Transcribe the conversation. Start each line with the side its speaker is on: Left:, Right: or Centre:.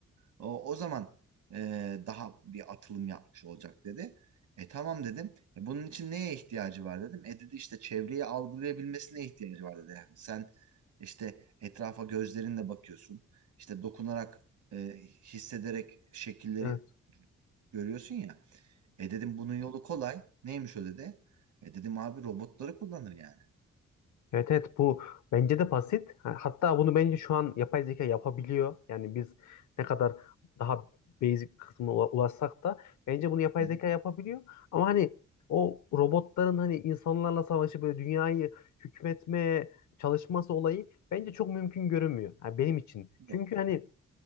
Right: o, o zaman e, daha bir atılım yapmış olacak dedi. E tamam dedim. E, bunun için neye ihtiyacı var dedim. E dedi işte çevreyi algılayabilmesine ihtiyacı var dedi. Yani sen işte etrafa gözlerinle bakıyorsun. İşte dokunarak, e, hissederek şekilleri
Left: Evet.
Right: görüyorsun ya. E dedim bunun yolu kolay. Neymiş o dedi. E dedim abi robotları kullanır yani.
Left: Evet evet bu bence de basit. Ha- Hatta bunu bence şu an yapay zeka yapabiliyor. Yani biz ne kadar daha basic kısmına ula- ulaşsak da bence bunu yapay
Right: Hı hı.
Left: zeka yapabiliyor. Ama hani o robotların hani insanlarla savaşı böyle dünyayı hükmetmeye çalışması olayı bence çok mümkün görünmüyor. Ha, benim için.
Right: Yok.
Left: Çünkü hani